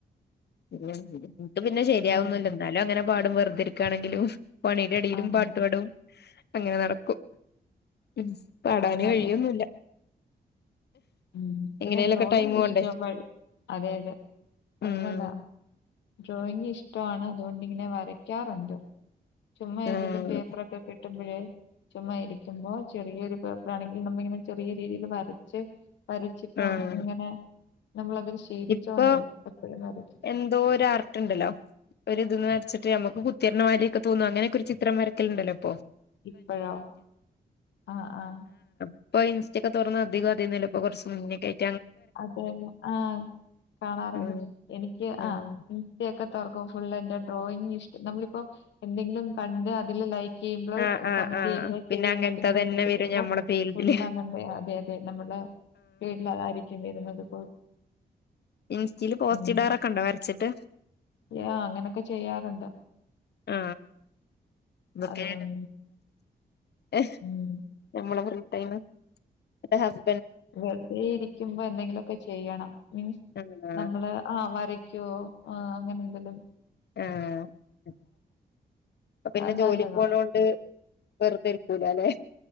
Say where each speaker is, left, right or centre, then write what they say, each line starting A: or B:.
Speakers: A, on the left; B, on the left.
A: ഉ ഇന്നിട്ടും പിന്നെ ശരിയാവൊന്നില്ല
B: അതുകൊണ്ട്
A: എന്നാലും അങ്ങനെ പാടും വെറുതിരിക്കാണെങ്കിലും പണിടെടേലും
B: ആഹ്
A: പാട്ടുപാടും അങ്ങനെ നടക്കും. ഉം പാടാന്
B: അത് നല്ലത്
A: കഴിയൊന്നുല്ല.
B: ഉം പിന്നെ
A: എങ്ങനെലൊക്കെ
B: ഡ്രോയിങ്
A: ടൈം
B: <unintelligible>
A: പോണ്ടേ
B: അതെ അതെ
A: ഉം
B: അത് നല്ലതാ. ഡ്രോയിങ്ങ് ഇഷ്ട ആണ് അതുകൊണ്ടിങ്ങനെ വരയ്ക്കാറുണ്ട്. ചുമ്മാ
A: ഉം
B: ഏതേലും പേപ്പറൊക്കെ കിട്ട കിട്ട്മ്പഴേ ചുമ്മാ ഇരിക്കുമ്പോ ചെറിയൊരു പേ ആണെങ്കിൽ നമ്മ ഇങ്ങനെ ചെറിയ രീതിയിൽ വരച്ച് വരച്ചിപ്പ
A: ആഹ്
B: ഇങ്ങനെ നമ്മളതൊരു ശീലിച്ചോണ്ട്
A: ഇപ്പൊ
B: എപ്പഴും വരക്കും
A: എന്തോ ഒരു ആർട്ട്ണ്ടല്ലോ ഒരു ഇത ച്ചട്ട് നമുക്ക് കുത്തിരറിണമാരിയൊക്ക തോന്ന അങ്ങനൊക്കൊരു ചിത്രം വരക്കലണ്ടല്ലപ്പോ.
B: ഇപ്പഴോ ആ ആ.
A: ഇപ്പ ഇസ്റ്റക്കെ തുറന്ന് അധികം അതി നിലപ്പോ കൊറച്ച് മുന്നേക്കായിട്ട്
B: അതേല്ല ആ കാണാറുണ്ട്
A: ഉം
B: എനിക്ക്
A: ഉം
B: ആ ഇൻസ്റ്റേക്ക തൊറക്കുമ്പ ഫുൾ എന്റെ ഡ്രോയിംഗ് ഇഷ്ട നമ്മളിപ്പോ എന്തെങ്കിലും കണ്ട് അതില് ലൈ ക്കെയുമ്പള്
A: ആഹ്
B: എ്
A: ആഹ്
B: കമന്റ്
A: ആഹ്
B: ചെയ്യുമ്പോ ചെയ്തു കഴിഞ്ഞാ
A: അങ്ങനത്തെ
B: പിന്നെ നമ്മൾ
A: തന്നെ
B: എടുക്കുമ്പോ
A: വരും ഞമ്മളെ ഫീൽഡില്
B: ഉള്ളങ്ങ അതെ അതെ നമ്മൾട വീട്ടിൽ അതാരി വരുന്നതും
A: ഇൻസ്റ്റില് പോസ്റ്റ്
B: ഉം
A: ഇടാറൊക്കെ ഉണ്ടോ വരച്ചിട്ട്
B: യാ അങ്ങനൊക്കെ ചെയ്യാറുണ്ട്
A: ആ ബൊക്കെ
B: അത് ഉം
A: എഹ്
B: ഉം
A: നമ്മള പറഞ്ഞു ടൈമ് അട്ടഹാസ്
B: വെറുതെ ഇരിക്കുമ്പോ എന്തെങ്കിലൊക്കെ ചെയ്യണം മീൻസ്
A: ആഹ്
B: നമ്മളെ ആ വരയ് ക്ക്‌യോ ആ അങ്ങനെന്തിലും
A: ആഹ് അ അപ്പ പിന്നെ
B: അത്
A: ജോലിക്ക്
B: നല്ലതാ
A: പോണകൊണ്ട് വെറുതെ ഇരിക്കൂലല്ലെ